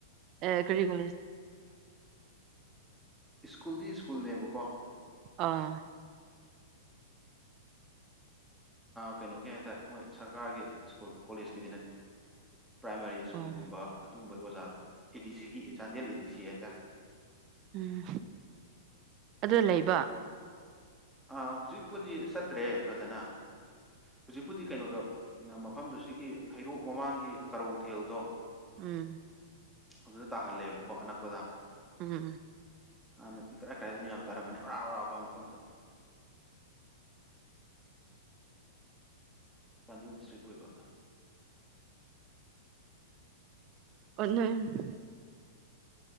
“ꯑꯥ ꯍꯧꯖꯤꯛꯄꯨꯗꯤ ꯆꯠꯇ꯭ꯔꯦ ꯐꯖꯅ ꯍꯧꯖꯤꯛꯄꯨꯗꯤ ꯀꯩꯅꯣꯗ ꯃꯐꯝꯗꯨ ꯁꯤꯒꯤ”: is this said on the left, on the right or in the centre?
Centre